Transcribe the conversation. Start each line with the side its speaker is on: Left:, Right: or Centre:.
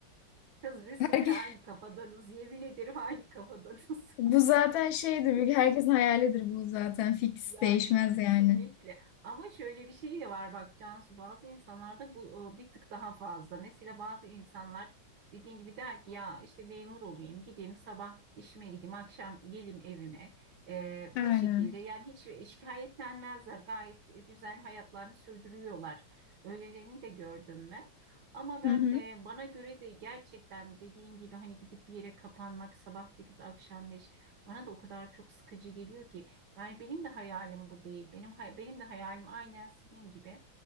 Right: <laughs> kız biz
Left: Herke-
Right: seninle aynı
Left: <laughs>
Right: kafadanız. Yemin ederim aynı kafadanız.
Left: bu zaten şeydir,
Right: <laughs>
Left: bir- herkesin hayalidir bu zaten. Fix
Right: Yani
Left: değişmez
Right: kesinlikle.
Left: yani.
Right: Ama şöyle bir şey de var bak Cansu bazı insanlarda bu e, bir tık daha fazla. Mesela bazı insanlar dediğin gibi der ki ya işte memur olayım gideyim sabah işime gideyim akşam gelim evime. E,
Left: Aynen.
Right: bu şekilde yani hiç şikayetlenmezler gayet e, güzel hayatlarını sürdürüyorlar. Öylelerini de gördüm ben. Ama ben
Left: Hı hı.
Right: e, bana göre de gerçekten dediğin gibi hani gidip bir yere kapanmak sabah 8 akşam 5 bana da o kadar çok sıkıcı geliyor ki. Yani benim de hayalim bu değil. Benim hay- benim de hayalim aynen senin gibi.